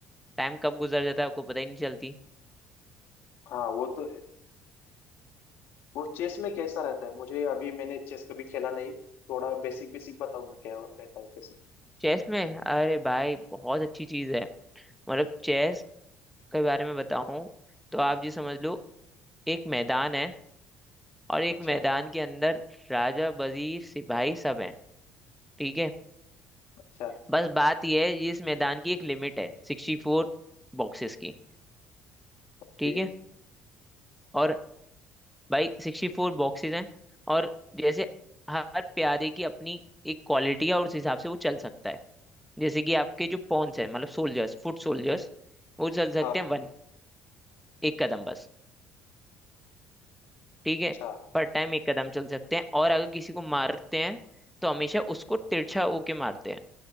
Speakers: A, in the centre; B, on the left.
A: टाइम कब गुजर जाता है आपको पता ही नहीं चलती
B: हाँ वो तो है वो चेस में कैसा रहता है मुझे अभी मैंने चेस कभी खेला नहीं थोड़ा बेसिक बेसिक बताओ ना क्या रहता है चेस
A: चेस में अरे भाई बहुत अच्छी चीज है मतलब चेस के बारे में बताऊं तो आप जी समझ लो एक मैदान है और एक
B: अच्छा
A: मैदान के अंदर राजा वजीर सिपाही सब हैं ठीक है
B: अच्छा
A: बस बात यह है इस मैदान की एक लिमिट है सिक्सटी फोर बॉक्सेस की
B: ओके
A: ठीक है और भाई सिक्सटी फोर बॉक्सेस हैं और जैसे हर प्यादे की अपनी एक क्वालिटी है और उस हिसाब से वो चल सकता है जैसे कि आपके जो पॉन्स है मतलब सोल्जर्स फुट सोल्जर्स वो चल सकते
B: हाँ
A: हैं वन एक कदम बस ठीक है
B: अच्छा
A: पर टाइम एक कदम चल सकते हैं और अगर किसी को मारते हैं तो हमेशा उसको तिरछा होके मारते हैं